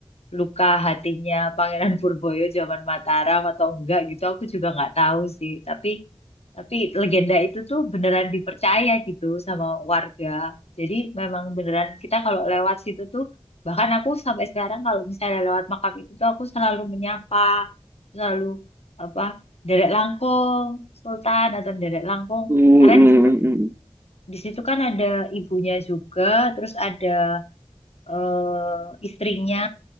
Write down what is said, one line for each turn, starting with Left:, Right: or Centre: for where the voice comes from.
Left: luka hatinya Pangeran Purboyo zaman Mataram atau enggak gitu aku juga nggak tahu sih tapi tapi legenda itu tuh beneran dipercaya gitu sama warga jadi memang beneran kita kalau lewat situ tuh bahkan aku sampai sekarang kalau misalnya lewat makam itu tuh aku selalu menyapa selalu apa Derek Langkong Sultan atau Derek Langkong
Right: Hmm,
Left: karena
Right: hmm,
Left: di situ
Right: hmm.
Left: di situ kan ada ibunya juga terus ada eh, istrinya.